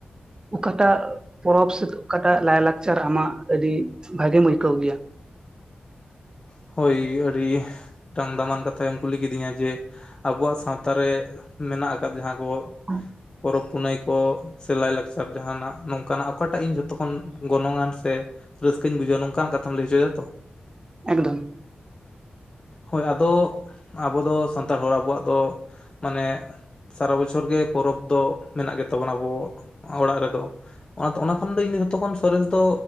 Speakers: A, on the right (about 25°); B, on the left (about 25°).
A: ᱚᱠᱟᱴᱟᱜ᱾ ᱯᱚᱨᱚᱵᱽ ᱥᱮ ᱚᱠᱟᱴᱟᱜ ᱞᱟᱭ ᱞᱟᱠᱪᱟᱨ ᱟᱢᱟᱜ ᱟᱹᱰᱤ ᱵᱷᱟᱜᱮᱢ ᱟᱹᱭᱠᱟᱹᱣ ᱜᱮᱭᱟ?
B: ᱦᱳᱭ ᱟᱹᱰᱤ ᱢᱤᱫᱴᱟᱝ ᱫᱟᱢᱟᱱ ᱠᱟᱛᱷᱟ ᱜᱮᱢ ᱠᱩᱞᱤ ᱠᱤᱫᱤᱧᱟ ᱾ ᱡᱮ ᱟᱵᱚᱣᱟᱜ ᱥᱟᱶᱛᱟ ᱨᱮ ᱢᱮᱱᱟᱜ ᱟᱠᱟᱫ ᱡᱟᱦᱟᱸ ᱠᱚ᱾
A: ᱦᱚᱸ
B: ᱯᱚᱨᱚᱵᱽ ᱯᱩᱱᱟᱹᱭ ᱠᱚ ᱥᱮ ᱞᱟᱭᱼᱞᱟᱠᱪᱟᱨ ᱡᱟᱦᱟᱱᱟᱜ ᱱᱚᱝᱠᱟᱱᱟᱜ ᱚᱠᱟᱴᱟᱜ ᱤᱧ ᱡᱷᱚᱛᱚ ᱠᱷᱚᱱ ᱜᱚᱱᱚᱝ ᱟᱱ ᱥᱮ ᱨᱟᱹᱥᱠᱟᱹᱧ ᱵᱩᱡᱟᱹᱣᱟ ᱱᱚᱝᱠᱟᱱ ᱠᱟᱛᱷᱟᱢ ᱞᱟᱹᱭ ᱦᱚᱪᱚᱭ ᱫᱟ ᱛᱚ?
A: ᱮᱠᱫᱚᱢ᱾
B: ᱦᱳᱭ ᱟᱫᱚ ᱟᱵᱚ ᱫᱚ ᱥᱟᱱᱛᱟᱲ ᱦᱚᱲ ᱾ ᱟᱵᱚᱣᱟᱜ ᱫᱚ ᱢᱟᱱᱮ᱾ ᱥᱟᱨᱟ ᱵᱚᱪᱷᱚᱨ ᱜᱮ ᱯᱚᱨᱚᱵᱽ ᱫᱚ ᱢᱮᱱᱟᱜ ᱜᱮᱛᱟ ᱵᱚᱱᱟ ᱾ ᱟᱵᱚ ᱚᱲᱟᱜ ᱨᱮᱫᱚ᱾ ᱚᱱᱟ ᱚᱱᱟ ᱠᱷᱚᱱ ᱫᱚ ᱤᱧ ᱫᱚ ᱡᱷᱚᱛᱚ ᱠᱷᱚᱱ ᱥᱚᱨᱮᱥ ᱫᱚ